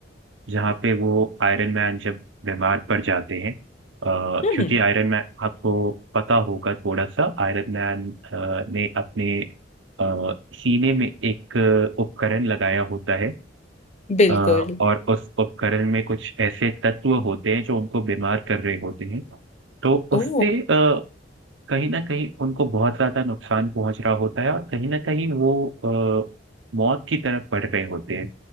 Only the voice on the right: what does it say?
जहाँ पे वो आयरन मैन जब बीमार पड़ जाते हैं अ,
क्योंकि आयरन मैन आपको पता होगा थोड़ा सा आयरन मैन ने अपने अ, सीने में एक उपकरण लगाया होता है
अ, और उस उपकरण में कुछ ऐसे तत्व होते हैं जो उनको बीमार कर रहे होते हैं तो
उससे अ, कहीं ना कहीं उनको बहुत ज्यादा नुकसान पहुंच रहा होता है और कहीं ना कहीं वो अ, मौत की तरफ बढ़ रहे होते हैं